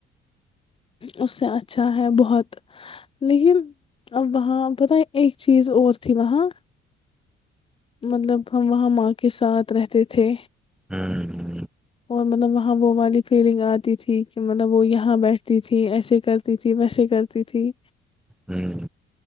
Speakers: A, on the left; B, in the centre.
A: اس سے اچھا ہے بہت لیکن ا وہاں پت ایک چیز اور تھی وہاں مطلب ہم وہاں ماں کے ساتھ رہتے تھے
B: ہوں <inaudible>
A: اور مطلب وہاں وہ ہمی فیلنگ آتی تھی کہ مطلب وہ یہاں بیٹھ تھی ایسے کرتی تھی ویسے کرتی تھی
B: ہوں